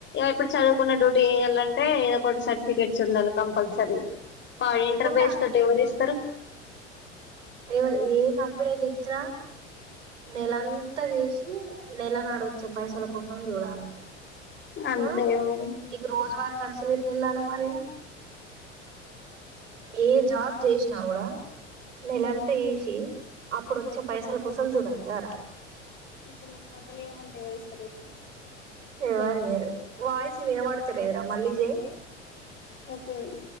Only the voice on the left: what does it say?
ఇప్పుడు చదువుకున్న డ్యూటీ చేయాలంటే ఏదో ఒక సర్టిఫికెట్స్ ఉండాలి కంపల్సరీ ఆ ఇంటర్
బెస్ట్ ట ఎవరు ఇస్తరు
అంతే
ఇగ మరి
ఇప్పుడు నీకు మధ్యలో ఏమంటే ఎవరిస్తారు చెప్పు
ఓకేండి